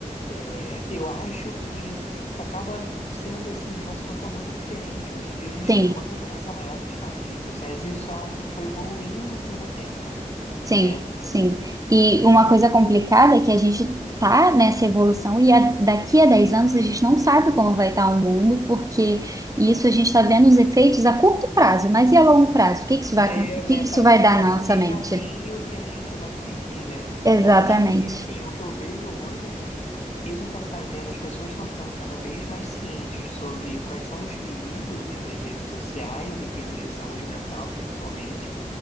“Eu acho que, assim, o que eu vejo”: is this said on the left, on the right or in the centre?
Left